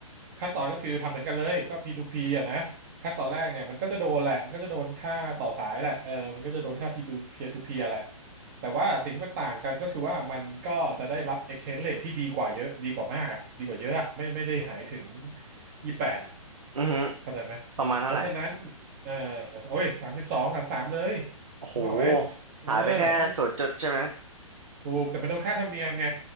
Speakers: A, on the right; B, on the right.
A: ขั้นตอนก็คือทำเหมือนกันเลยก็ P2P อ่ะนะขั้นตอนแรกเนี่ยมันก็จะโดนแหละมันก็จะโดนค่าต่อสายแหละเออมันก็จะโดนค่า P2 p to p แหละแต่ว่าสิ่งที่มันต่างกันก็คือว่ามันก็จะได้รับ exchange rate ที่ดีกว่าเยอะดีกว่ามากอ่ะดีกว่าเยอะอ่ะไม่ไม่ได้หายถึงยี่สิบแปดอ่ะ
B: อือหื
A: เข้าใจไหม
B: ประมาณเท่าไหร่
A: เพราะฉะนั้นเออโอ้ยสามสิบสองสามสามเลย
B: โอ้โห
A: รู้เปล่าไหมเออถ้ามัน
B: หายไปแค่ศูนย์จุดใช่ไหม
A: ถูกแต่มันโดนค่าธรรมเนียมไง